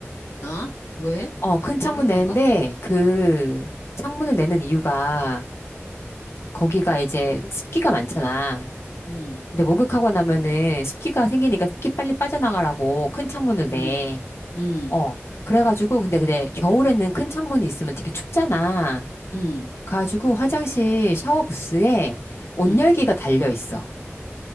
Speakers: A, on the left; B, on the left.
A: 아? 왜?
B: 어, 큰
A: 아, 몰래
B: 창문
A: 그런가?
B: 내는데 그
A: 응,
B: 창문을 내는 이유가 거기가 이제 습기가 많잖아.
A: 응,
B: 근데 목욕하고 나면은 습기가 생기니까 습기 빨리 빠져나가라고 큰 창문을 내.
A: 응, 응,
B: 어, 그래가지고 근데 근데 겨울에는 큰 창문이 있으면 되게 춥잖아.
A: 응,
B: 가지고 화장실 샤워 부스에 온열기가
A: 응.
B: 달려 있어.